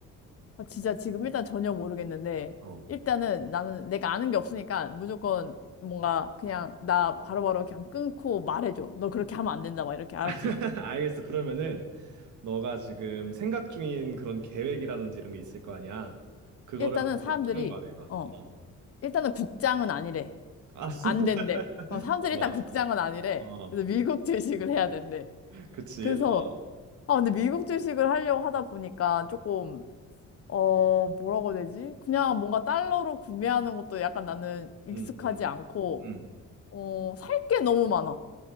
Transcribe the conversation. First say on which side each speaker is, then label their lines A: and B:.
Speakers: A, on the left; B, on the right.
A: 아, 진짜 지금 일단 전혀 모르겠는데,
B: 어.
A: 일단은 나는 내가 아는 게 없으니까 무조건 뭔가 그냥 나 바로바로 그냥 끊고 말해줘. 너 그렇게 하면 안 된다. 막 이렇게 알았지.
B: <laughs> 알겠어. 그러면은 너가 지금 생각 중인 그런 계획이라든지 이런 게 있을 거 아니야? 그거를
A: 일단은
B: 한번
A: 사람들이,
B: 쭉 말해봐.
A: 어,
B: 어.
A: 일단은 국장은 아니래.
B: 아, <laughs>
A: 안 된대. 어, 사람들이
B: 어,
A: 일단
B: 맞아.
A: 국장은 아니래.
B: 어.
A: 그래서 미국 주식을 해야 된대.
B: 그치.
A: 그래서,
B: 어.
A: 아, 근데 미국 주식을 하려고 하다 보니까 조금, 어, 뭐라고 해야 되지? 그냥 뭔가 달러로 구매하는 것도 약간 나는 익숙하지
B: 음, 음,
A: 않고,
B: 음.
A: 어, 살 게 너무 많아.